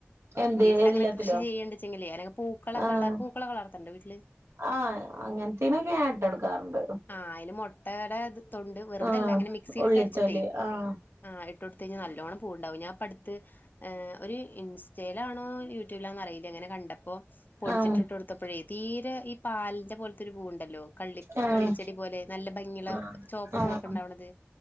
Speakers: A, on the right (about 65°); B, on the left (about 40°).
A: എന്ത്
B: വീട്ടിലങ്ങനെ
A: എല്ലാത്തിലോ
B: കൃഷി ചെയ്യേണ്ടെച്ചെങ്കിലേ അല്ലെങ്കെ പൂക്കളെക്കള്ളെ
A: ആഹ്
B: പൂക്കളെ കളർത്ത്ണ്ടോ വീട്ടില്
A: ആഹ് അങ്ങൻത്തേനൊക്കെ ഞാ ഇട്ടോർക്കാറ്ണ്ട്
B: ആഹ് അയില് മുട്ടേടെത് തൊണ്ട് വെറുതല്ല
A: ആഹ്
B: ങ്ങനെ മിക്സിലിട്ടടിച്ചിട്ടേയ്
A: ഉള്ളിത്തോല് ആഹ്
B: ആഹ് ഇട്ടൊട്ത്തയ്ഞ്ഞാ നല്ലോണം പൂവ്ണ്ടാവും ഞാപ്പട്ത്ത് ഒരു ഇൻസ് സ്റ്റേലാണോ യൂറ്റൂബ് ലാന്നറീല്യ ങ്ങനെ കണ്ടപ്പോ പൊടിച്ചിട്ടിട്ടൊട്ത്തപ്പഴേ
A: ആഹ്
B: തീരെ ഈ പാൽന്റെ പോൽത്തൊരു പൂവ്ണ്ടല്ലോ കള്ളി
A: ആഹ്
B: കള്ളിച്ചെടി പോലെ നല്ല ഭംഗി ള്ളേ
A: ആഹ്
B: ചോപ്പ്
A: ആഹ്
B: പൂവൊക്കെണ്ടാവ്ണത്